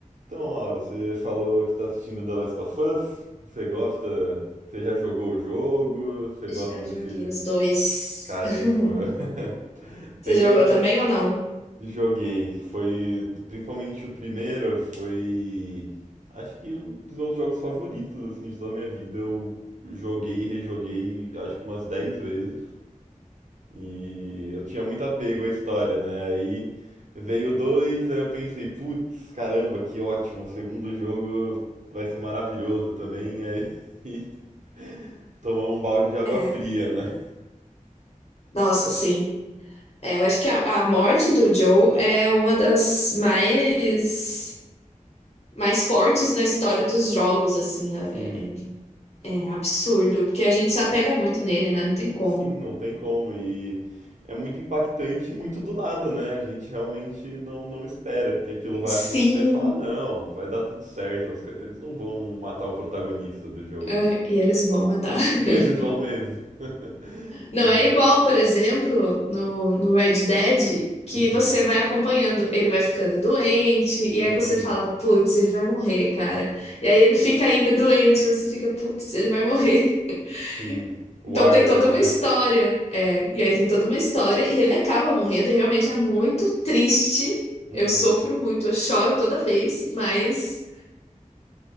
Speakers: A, on the right; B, on the left.
A: Então, Laura, você falou que está assistindo The Last of Us. Você gosta? Você já jogou o jogo? Você gosta
B: Já
A: desse?
B: joguei os dois.
A: Caramba!
B: <laughs>
A: <laughs>
B: Você
A: Tenho,
B: jogou também ou não?
A: joguei. Foi principalmente o primeiro. Foi acho que um dos meus jogos favoritos assim de toda a minha vida. Eu joguei e rejoguei acho que umas 10 vezes. E eu tinha muito apego à história, né? Aí veio o dois, aí eu pensei, putz, caramba, que ótimo, o segundo jogo vai ser maravilhoso também. Aí <laughs> tomamos um balde de água
B: É.
A: fria, né?
B: Nossa, sim. É, eu acho que a, a morte do Joe é uma das mais mais fortes na história dos jogos, assim. É,
A: Sim,
B: é- é absurdo, porque a gente se apega muito nele, né? Não tem como.
A: sim, não tem como. E é muito impactante e muito do nada, né? A gente realmente não, não espera que aquilo vai
B: Sim,
A: acontecer. Falar, não, vai dar tudo certo. os caras- Eles não vão matar o protagonista do jogo.
B: ah, e eles vão matar. <laughs>
A: <laughs> Eles vão mesmo. <laughs>
B: Não
A: Mas,
B: é igual, por exemplo, no, no Red Dead, que
A: uhum.
B: você vai acompanhando, ele vai ficando doente, e aí
A: Sim,
B: você fala, putz, ele vai morrer, cara. E aí ele fica ainda doente, e você fica, putz, ele vai morrer. <laughs>
A: sim. O
B: Então
A: Arthur,
B: tem toda uma
A: né?
B: história. É, e aí tem toda uma história, e ele acaba morrendo, e realmente é muito triste.
A: Uhum,
B: Eu sofro muito, eu choro toda vez, mas